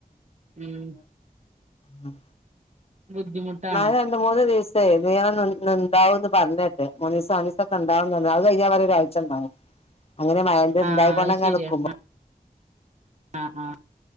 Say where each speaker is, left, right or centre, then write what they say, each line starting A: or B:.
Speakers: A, on the right (about 45°); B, on the left (about 40°).
A: ഉം
B: ആഹ്
A: ബുദ്ധിമുട്ടാണ്
B: മയ രണ്ട് മൂന്ന്സം നീണ്ടാവന്ന് പറഞ്ഞട്ട് മനീസ മനീസൊ ഒക്കെണ്ടാവ അ കഴിഞ്ഞാൽ വേ ഒരാഴ്ച ഉണ്ടാവും.
A: ഉ <unintelligible>
B: അങ്ങനെ മഴന്റെ
A: ആഹ്
B: ഇണ്ടായിക്കൊണ്ടങ്ങനെ
A: അത് ശരിയാ
B: നിക്കുമ്പോ
A: ആ. ആഹ് ആ